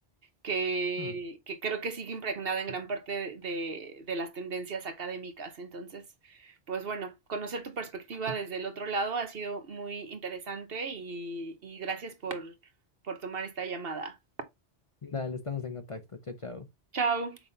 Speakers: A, on the right; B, on the left.
A: que,
B: Mm.
A: que creo que sigue impregnada en gran parte de, de las tendencias académicas. Entonces, pues bueno, conocer tu perspectiva desde el otro lado ha sido muy interesante y, y gracias por, por tomar esta llamada.
B: Dale, estamos en contacto. Chao, chao.
A: Chao.